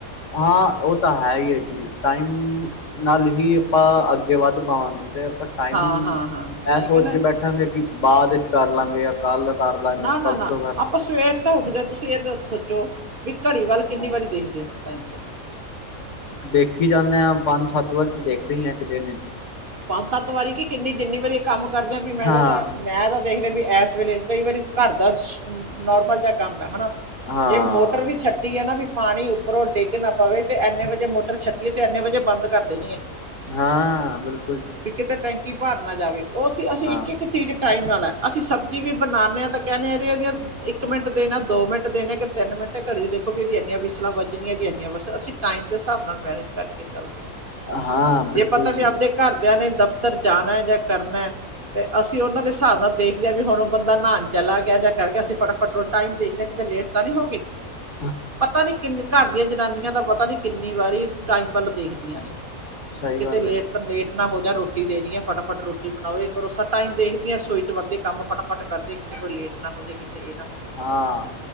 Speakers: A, on the left; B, on the right.
A: ਹਾਂ ਉਹ ਤਾਂ ਹੈ ਹੀ ਹੈ ਜੀ ਟਾਈਮ ਨਾਲ ਹੀ ਆਪਾਂ ਅੱਗੇ ਵੱਧ ਪਾਵਾਂਗੇੀ ਤੇ ਆਪਾਂ ਟਾਈਮ
B: ਹਾਂ, ਹਾਂ,
A: ਇਹ
B: ਹਾਂ ਤਾਂ ਹੀ
A: ਸੋਚ
B: ਕਹਿੰਦਾ
A: ਕੇ ਬੈਠ ਬਠਾਂਗੇ ਕਿ ਬਾਅਦ ਵਿੱਚ ਕਰ ਲਾਂਗੇ ਜਾਂ ਕੱਲ ਕਰ ਲਾਂਗੇ
B: ਨਾ ਨਾ
A: ਪਰਸੋਂ
B: ਨਾ
A: ਕਰ ਲਾਂਗੇ।
B: ਆਪਾਂ ਸਵੇਰ ਤਾਂ ਉੱਠਦੇ ਹਾਂ ਤੁਸੀਂ ਇਹ ਸੋਚੋ ਵੀ ਘੜੀ ਵੱਲ ਕਿੰਨੀ
A: ਹਾਂ
B: ਵਾਰੀ ਦੇਖਦੇ ਹੋ ਟਾਈਮ ਚ
A: ਦੇਖੀ ਜਾਂਦੇ ਹਾਂ ਪੰਜ ਸੱਤ ਵਾਰੀ ਤੇ ਦੇਖਦੇ ਹੀ ਆ ਇੱਕ ਦਿਨ
B: ਪੰਜ ਸੱਤ ਵਾਰੀ ਕਿ ਕਿੰਨੀ ਜਿੰਨੀ ਵਾਰੀ ਇਹ ਕੰਮ ਕਰਦੇਿਆਂ ਵੀ ਮੈਂ
A: ਹਾਂ
B: ਤਾਂ ਮੈਂ ਤਾਂ ਦੇਖਦਾ ਵੀ ਇਸ ਵੇਲੇ ਕਈ ਵਾਰੀ ਘਰ ਦਾ ਨੋਰਮਲ ਜਿਹਾ ਕੰਮ ਹੈ ਹਨਾ
A: ਹਾਂ
B: ਜੇ ਮੋਟਰ ਵੀ ਛੱਡੀ ਹੈ ਨਾ ਵੀ ਪਾਣੀ ਉੱਪਰੋਂ ਡਿੱਗ ਨਾ ਪਵੇ ਤੇ ਇੰਨੇ ਵਜੇ ਮੋਟਰ ਛੱਡੀਏ ਤੇ ਇੰਨੇ ਵਜੇ ਬੰਦ ਕਰ ਦੇਣੀਏ।
A: ਹਾਂ ਬਿਲਕੁ
B: ਵੀ ਕਿਤੇ ਟੈਂਕੀ ਭਰ ਨਾ ਜਾਵੇ ਉਹ ਸੀ ਅਸੀਂ
A: ਹਾਂ
B: ਇੱਕ ਇੱਕ ਚੀਜ਼ ਟਾਈਮ ਨਾਲ ਹੈ। ਅਸੀਂ ਸਬਜ਼ੀ ਵੀ ਬਣਾਉਂਦੇ ਹਾਂ ਤਾਂ ਕਹਿੰਦੇ ਹਾਂ ਇਹਦੀਆਂ ਇੱਕ ਮਿੰਟ ਦੇਣਾ ਦੋ ਮਿੰਟ ਦੇਣੇ ਕਿ ਤਿੰਨ ਮਿੰਟ ਘੜੀ ਦੇਖੋ ਵੀ ਇਨੀਆਂ ਵਿਸਲਾਂ ਵੱਜਣੀਆਂ ਵੀ ਇੰਨੀਆਂ ਬੱਸ ਅਸੀਂ ਟਾਈਮ ਦੇ ਹਿਸਾਬ ਨਾਲ ਮੈਨੇਜ ਕਰਕੇ ਚੱਲਦੇ ਆ
A: ਹਾਂ ਬਿਲਕੁਲ
B: ਜੇ ਪਤਾ
A: ਜੀ
B: ਵੀ ਆਪਦੇ। ਘਰਦਿਆਂ ਨੇ ਦਫ਼ਤਰ ਜਾਣਾ ਜਾਂ ਕਰਨਾ। ਤੇ ਅਸੀਂ ਉਹਨਾਂ ਦੇ ਹਿਸਾਬ ਨਾਲ ਦੇਖਦੇ ਹਾਂ ਵੀ ਹੁਣ ਉਹ ਬੰਦਾ ਨਹਾਣ ਚਲਾ ਗਿਆ ਜਾਂ ਕਰਕੇ ਅਸੀਂ ਫਟਾਫਟ। ਟਾਈਮ ਦੇਖਦੇ ਕਿਤੇ ਲੇਟ ਤਾਂ ਨਹੀਂ ਹੋ ਗਏ
A: ਹ
B: ਪਤਾ ਨਹੀਂ ਕਿੰਨ ਘਰ ਦੀਆਂ ਜਨਾਨੀਆਂ ਦਾ ਪਤਾ ਨਹੀਂ ਕਿੰਨੀ ਵਾਰੀ ਟਾਈਮ ਵੱਲ ਦੇਖਦੀਆਂ ਨੇ
A: ਸਹੀ
B: ਵੀ ਕਿਤੇ
A: ਗੱਲ
B: ਲੇਟ
A: ਹੈ
B: ਸ ਲੇਟ ਹੋ ਜਾ ਰੋਟੀ ਦੇਣੀ ਹੈ ਫਟਾਫਟ ਰੋਟੀ ਬਣਾਓ ਇੱਕ ਕਰੋਸਾ ਟਾਈਮ ਦੇਖਦੀ ਹੈ ਰਸੋਈ ਚ ਵੜਦੀ ਕੰਮ ਫਟਾਫਟ ਕਰਦੀ ਹ ਕਿਸੇ ਕੋਲ ਲੇਟ ਨਾ ਹੋ ਜਾਵੇ ਕਿਸੇ ਇਹ ਨਾ ਹੋ ਜਾ
A: ਹਾਂ